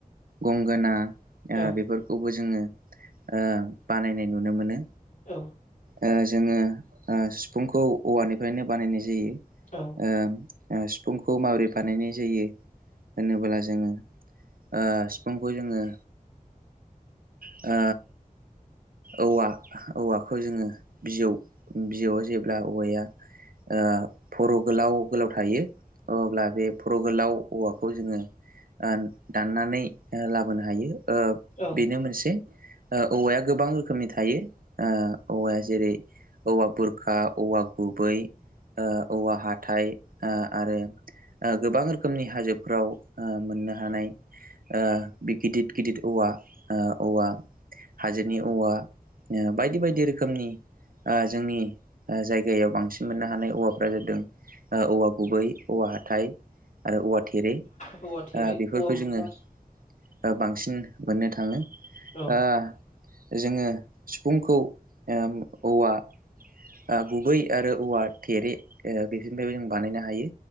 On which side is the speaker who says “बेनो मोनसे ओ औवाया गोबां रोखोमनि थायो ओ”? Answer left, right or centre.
Right